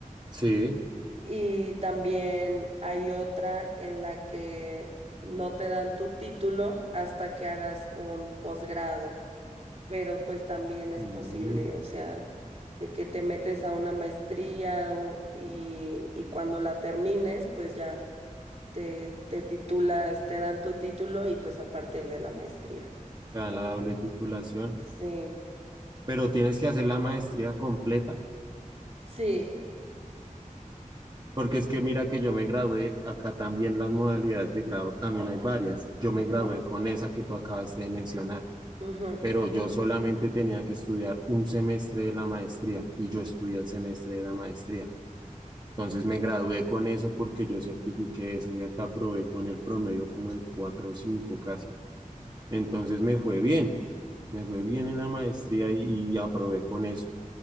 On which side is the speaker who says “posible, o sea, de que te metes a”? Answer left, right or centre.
Right